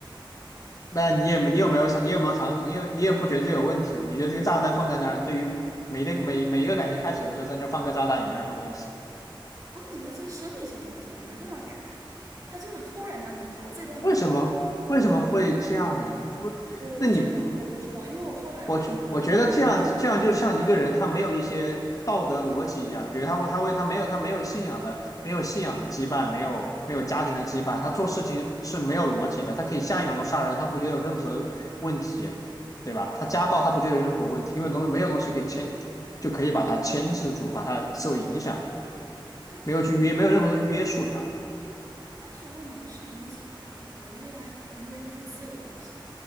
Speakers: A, on the left; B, on the right.
A: 那你也没你有没有尝你有没有尝试？
B: 嗯，
A: 你有你也不觉得这有问题？你觉得这个炸弹放在那儿，对于每个每每一个感情开始的时候，在那儿放个炸弹也没什么问题？
B: 问题是这是生理性东西啊，我没办法改呀，他就是突然它没了，我自己都很懵，
A: 为什么为什么会这样呢？你不，
B: 我不知道，
A: 那你
B: 我不知道，因为我后来我第一段恋爱。
A: 我就我觉得这样这样就像一个人他没有一些道德逻辑一样，比如他会他会他没有他没有信仰的没有信仰的羁绊，没有没有家庭的羁绊，他做事情是没有逻辑的，他可以下一秒钟杀人，他不觉得有任何问题，对吧？他家暴他不觉得有任何问题，因为东没有东西可以牵就可以把他牵制住，把他受影响，
B: 但是
A: 没有去约没有任何的约束他。
B: 但是问题是，是理性喜欢和恋爱本身就是一个很自由的东西，